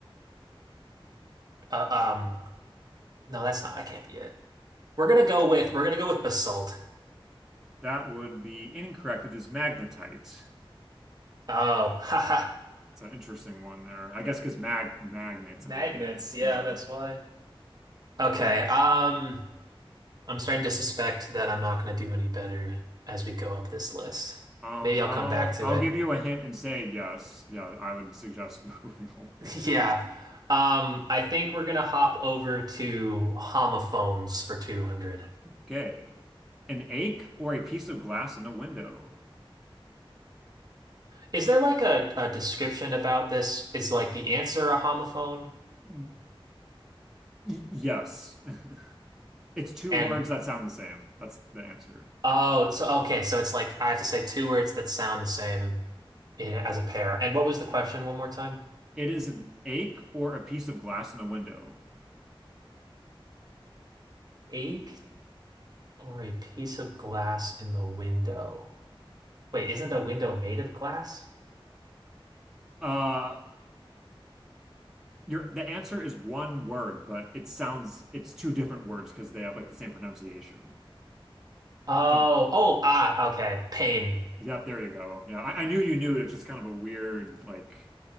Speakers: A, on the right; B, in the centre.
A: Uh, um, no, that's not. That can't be it. We're gonna go with we're gonna go with basalt.
B: That would be incorrect. It is magnetite.
A: Oh, <laughs> haha,
B: It's an interesting one there. I guess because mag magnets
A: magnets.
B: in the name.
A: Yeah,
B: Yeah.
A: that's why. Okay.
B: All right.
A: Um, I'm starting
B: So
A: to suspect that I'm not gonna do any better as we go up this list.
B: Um,
A: Maybe I'll
B: I'll
A: come back to
B: I'll
A: it.
B: give you a hint and say yes. Yeah, I would suggest <laughs> moving away.
A: <laughs> Yeah. Um, I think we're gonna hop over to homophones for 200.
B: Okay. An ache or a piece of glass in a window?
A: Is there like a, a description about this? Is like the answer a homophone?
B: Y- yes. <laughs> It's two
A: And
B: words that sound the same. That's the answer.
A: oh, so okay, so it's like I have to say two words that sound the same in, as a pair. And what was the question one more time?
B: It is an ache or a piece of glass in a window.
A: Ache or a piece of glass in the window? Wait, isn't a window made of glass?
B: Uh, your the answer is one word, but it sounds it's two different words because they have like the same pronunciation.
A: Oh,
B: So,
A: oh, ah, okay. Pain.
B: yeah, there you go. Yeah, I, I knew you knew it. It's just kind of a weird like